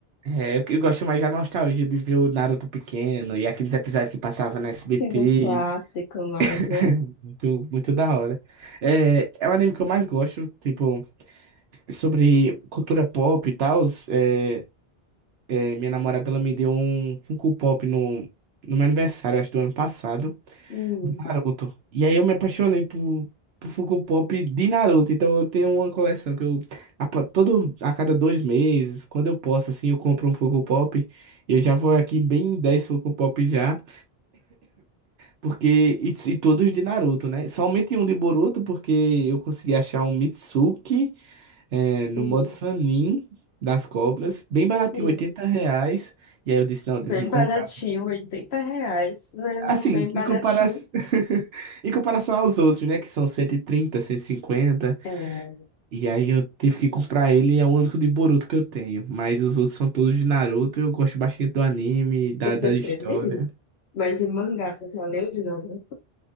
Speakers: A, on the right; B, on the left.
A: É, porque eu gosto mais da nostalgia de ver o Naruto pequeno e aqueles episódios que passava na SBT.
B: Síndrome clássico
A: <laughs>
B: mais, né?
A: Muito, muito da hora. É, é um anime que eu mais gosto, tipo, sobre cultura pop e tal. É, é, minha namorada, ela me deu um Funko Pop no, no meu aniversário, acho, do ano passado,
B: Hum,
A: do Naruto. E aí eu me apaixonei por, por Funko Pop de Naruto. Então eu tenho uma coleção que eu, a, pa- todo, a cada dois meses, quando eu posso, assim, eu compro um Funko Pop. Eu já vou aqui bem em 10 Funko Pop já. Porque. E, e todos de Naruto, né? Somente um de Boruto, porque eu consegui achar um Mitsuki é, no
B: hum,
A: modo Sanin das cobras, bem baratinho,
B: sim.
A: 80 reais. E aí eu disse, não,
B: Bem
A: tenho que comprar.
B: baratinho, 80 reais, né?
A: Assim,
B: Não, Bem baratinho.
A: em comparação, <laughs> em comparação aos outros, né? Que são 130, 150. E cinquenta.
B: É,
A: E aí eu tive que comprar ele, e é o único de Boruto que eu tenho. Mas os outros são todos de Naruto, eu gosto bastante do anime, da,
B: eu
A: da
B: pensei
A: história.
B: dele. Mas em mangá, você já leu de novo?